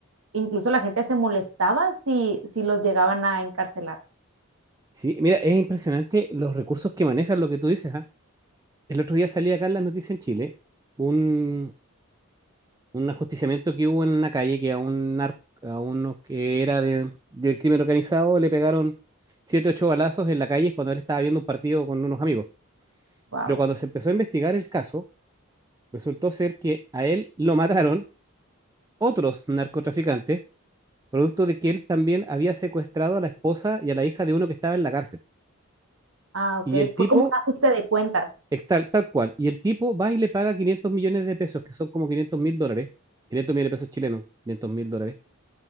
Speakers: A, on the right; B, on the right.
A: incluso la gente se molestaba si, si los llegaban a encarcelar.
B: Sí, mira, es impresionante los recursos que manejan lo que tú dices, ¿ah? El otro día salía acá en las noticias en Chile un, un ajusticiamiento que hubo en una calle que a un nar- a uno que era de, del crimen organizado le pegaron siete, ocho balazos en la calle cuando él estaba viendo un partido con unos amigos.
A: Wow.
B: Pero cuando se empezó a investigar el caso, resultó ser que a él lo mataron otros narcotraficantes, producto de que él también había secuestrado a la esposa y a la hija de uno que estaba en la cárcel.
A: Ah, ok,
B: Y el tipo
A: fue como un ajuste de cuentas.
B: Tal, tal cual. Y el tipo va y le paga 500 millones de pesos, que son como 500 mil dólares, 500 millones de pesos chilenos, 500 mil dólares,